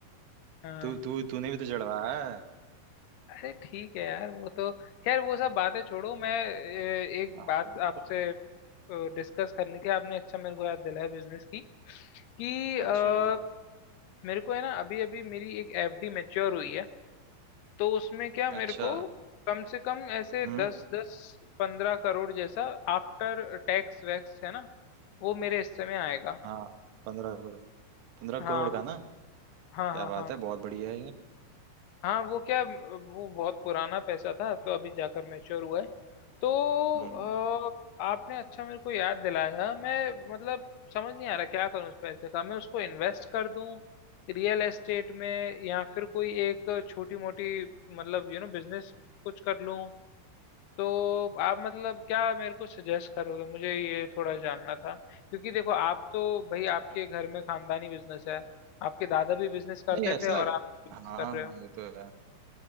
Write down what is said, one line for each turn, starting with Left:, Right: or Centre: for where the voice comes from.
Left: हाँ
Right: तू तू तूने भी तो चढ़वाया है
Left: अरे ठीक है यार वो तो खैर वो सब बातें छोड़ो मैं ए, एक
Right: हाँ
Left: बात
Right: बोलो
Left: आपसे डिस्कस करनी थी आपने अच्छा मेरे को याद दिलाया बिजनेस की कि अ,
Right: अच्छा बोल
Left: मेरे को है ना अभी अभी मेरी एक एफडी मैच्योर हुई है तो उसमें क्या
Right: अच्छा
Left: मेरे को कम से कम ऐसे
Right: हम्म
Left: दस दस पंद्रह करोड़ जैसा आफ्टर टैक्स वैक्स है ना वो मेरे हिस्से में आएगा
Right: हाँ पंद्रह करोड़ पंद्रह
Left: हाँ
Right: करोड़ का ना
Left: हाँ
Right: क्या
Left: हाँ
Right: बात
Left: हाँ
Right: है बहुत बढ़िया है यार
Left: हाँ वो क्या वो बहुत पुराना पैसा था तो अभी जाकर मैच्योर हुआ है तो
Right: हम्म
Left: अ, आपने अच्छा मेरे को याद दिलाया मैं मतलब समझ नहीं आ रहा क्या करूँ उस पैसे का मैं उसको इन्वेस्ट कर दूं रियल एस्टेट में या फिर कोई एक छोटी मोटी मतलब यू नो बिजनेस कुछ कर लूं तो आप मतलब क्या मेरे को सजेस्ट करोगे मुझे ये थोड़ा जानना था क्योंकि देखो आप तो भाई
Right: चलो।
Left: आपके घर में खानदानी बिजनेस है आपके दादा भी बिजनेस करते
Right: नहीं ऐसा
Left: थे और आप बिजनेस
Right: हाँ
Left: कर रहे हो
Right: ये तो है